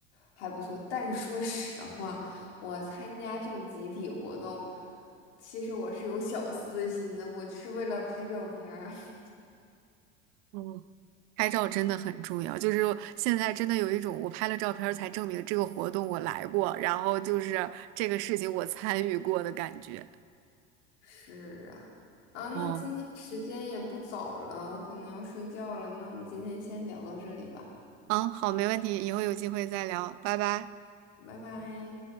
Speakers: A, on the left; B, on the right.
A: 还不错，但是说实话，我参加这种集体活动，其实我是有小私心的，我就是为了拍照片儿。<laughs>
B: 嗯，拍照真的很重要，就是现在真的有一种我拍了照片儿才证明这个活动我来过，然后就是这个事情我参与过的感觉。
A: 是啊，啊，那今天时间也不早了，
B: 哦，
A: 我可能要睡觉了，那我们今天先聊到这里吧，
B: 嗯，好，没问题，以后有机会再聊，拜拜。
A: 拜拜。